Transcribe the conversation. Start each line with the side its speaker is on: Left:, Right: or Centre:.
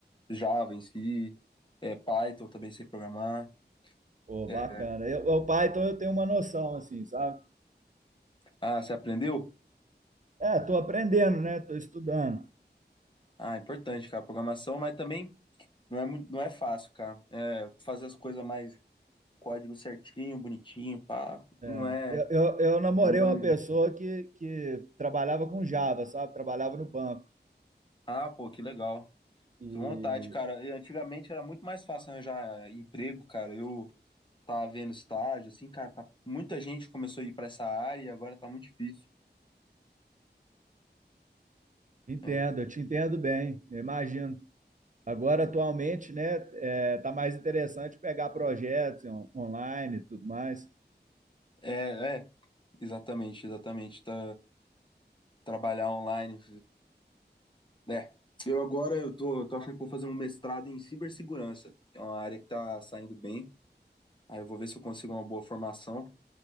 Left: Java em si, é, Python também sei programar.
Right: Pô,
Left: é.
Right: bacana. Eu, o Python eu tenho uma noção, assim, sabe?
Left: Ah, você aprendeu?
Right: É, estou aprendendo, né? Estou estudando.
Left: Ah, importante, cara, programação, mas também não é muito, não é fácil, cara. É, fazer as coisas mais código certinho, bonitinho, pá,
Right: É,
Left: não é.
Right: eu, eu, eu namorei
Left: É mole.
Right: uma pessoa que, que trabalhava com Java, sabe? Trabalhava no banco.
Left: Ah, pô, que legal.
Right: E
Left: Tô com vontade, cara. E Antigamente era muito mais fácil arranjar é, emprego, cara. Eu tá havendo estágio, assim, cara, tá, muita gente começou a ir para essa área e agora tá muito difícil.
Right: Entendo,
Left: né?
Right: eu te entendo bem, eu imagino. Agora, atualmente, né, é, tá mais interessante pegar projetos on- online e tudo mais.
Left: É, é, exatamente, exatamente. Tá, trabalhar online. eh, É. Eu agora eu tô, eu tô achando que vou fazer um mestrado em cibersegurança. que É uma área que tá saindo bem. Aí eu vou ver se eu consigo uma boa formação.